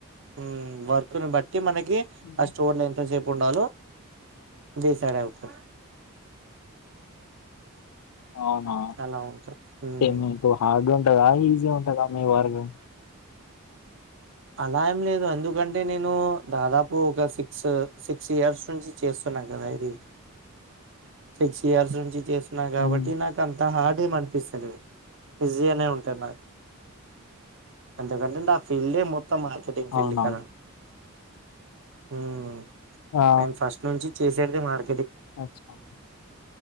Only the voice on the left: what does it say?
హ్మ్.
అవునా
మీకు హార్డ్ గా ఉంటదా ఈజీగా ఉంటందా మీ వర్గ్
ఉమ్.
అవునా
ఆ
అచ్చా